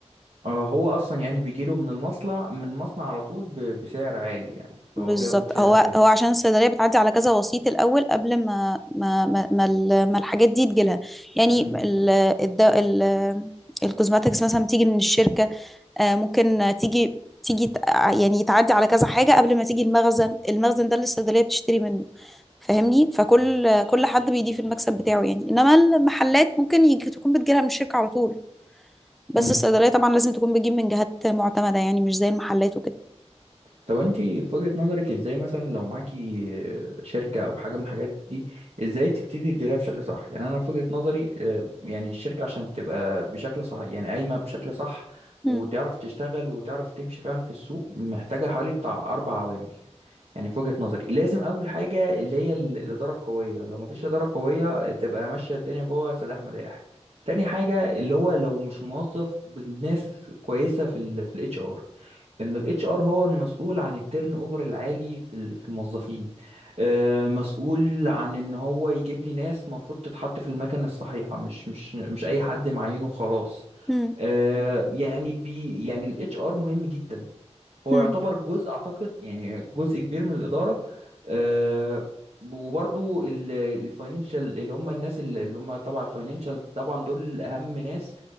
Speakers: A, on the right (about 65°); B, in the centre.
A: آه هو اصلا يعني بيجيله من المصنع من المصنع على طول ب... بسعر عالي يعني
B: بالظبط
A: فهو بياخده بسعر
B: هو
A: عالي
B: هو عشان الصيدليه بتعدي على كذا وسيط الاول قبل ما ما ما, ما, ال- ما الحاجات دي تجيلها يعني
A: امم
B: ال الدواء ال الكوزماتكس مثلا بتيجي من الشركه آه، ممكن تيجي تيجي تع- يعني تعدي على كذا حاجه قبل ما تيجي المخزن المخزن ده اللي الصيدليه بتشتري منه فاهمني فكل كل حد بيضيف المكسب بتاعه يعني انما المحلات ممكن يجي تكون بتجيلها من الشركه على طول بس
A: امم
B: الصيدليه طبعا لازم تكون بتجيب من جهات معتمده يعني مش زي المحلات وكده
A: طب انت في وجهة نظرك ازاي مثلا لو معاكي شركة او حاجة من الحاجات دي ازاي تبتدي تديرها بشكل صح يعني انا في وجهة نظري اه، يعني الشركة عشان تبقى بشكل صح يعني قايمة بشكل صح
B: امم
A: وتعرف تشتغل وتعرف تمشي فعلا في السوق محتاجة حوالي بتاع اربع عوامل يعني في وجهة نظري لازم اول حاجة اللي هي ال- الادارة القوية لو مفيش ادارة قوية تبقى ماشية الدنيا جوه سداح مداح تاني حاجة اللي هو لو مش موظف بالناس كويسة في ال في الاتش ار انه الاتش ار هو المسؤول عن التيرن اوفر العالي في ال- في الموظفين آه، مسؤول عن ان هو يجيب لي ناس مفروض تتحط في المكان الصحيحه مش مش مش اي حد معينه خلاص
B: امم
A: آه، يعني بي يعني الاتش ار مهم جدا هو
B: مم.
A: يعتبر جزء اعتقد يعني جزء كبير من الاداره آه، وبرضو الفاينانشال اللي هم الناس اللي اللي هم تبع الفاينانشال طبعا دول اهم ناس